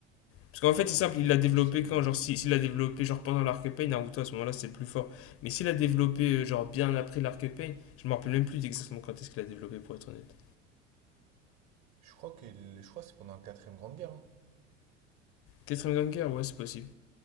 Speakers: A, on the left; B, on the right.
A: Parce qu'en fait,
B: Euh,
A: c'est simple,
B: je sais plus
A: il l'a
B: quand
A: développé
B: est-ce qu'il
A: quand, genre, s'il si- s'il l'a développé, genre, pendant l'Arc Pain, Naruto, à ce moment-là, c'est le plus fort. Mais s'il l'a développé, euh, genre, bien après l'Arc Pain, je me rappelle même plus exactement quand est-ce qu'il l'a développé, pour être honnête.
B: Je crois que je crois que c'est pendant la quatrième grande guerre. hein.
A: Quatrième Ganger, ouais, c'est possible.